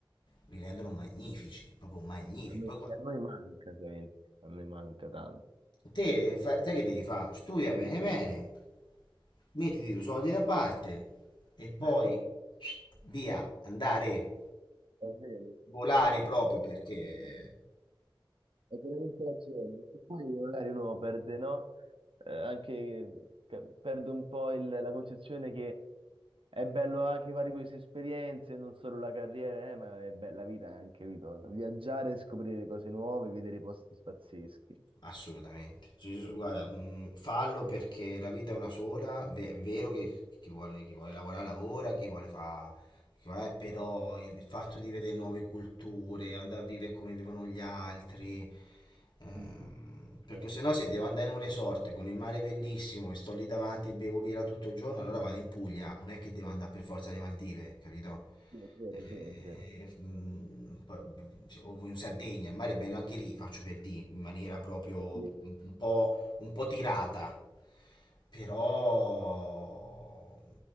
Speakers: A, on the left; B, on the right.
A: li rendono magnifici, proprio magnifici.
B: A noi,
A: Poi, qua-
B: a noi manca, ovviamente. A noi manca tanto.
A: te, fa- sai che devi fare? Studia bene bene, mettiti i tuoi soldi da parte e poi
B: <laughs>
A: via, andare,
B: È vero.
A: volare proprio perché...
B: Hai veramente ragione, perché poi magari uno perde, no? Eh, anche ca- perde un po' il- la concezione che è bello anche fare queste esperienze, non solo la carriera, eh, ma è bella vita anche, capito? Viaggiare, scoprire cose nuove, vedere posti pazzeschi.
A: Assolutamente. Cioè, io so- guarda, mh, fallo perché la vita è una sola, ve- è vero che chi vuole, chi vuole lavorare lavora, chi vuole fare Eh, però il fatto di vedere nuove culture, andare a vivere come vivono gli altri, ehm,
B: Mhm,
A: perché
B: certo.
A: se no se devo andare in un resort con il mare bellissimo e sto lì davanti e bevo birra tutto il giorno, allora vado in Puglia, non è che devo andare per forza alle Maldive, capito?
B: Sì, è vero,
A: Eh,
B: è vero, è vero.
A: mm, poi, o in Sardegna, il mare è bello anche lì, faccio per dire, in maniera proprio
B: Sì,
A: un po' un po' tirata, però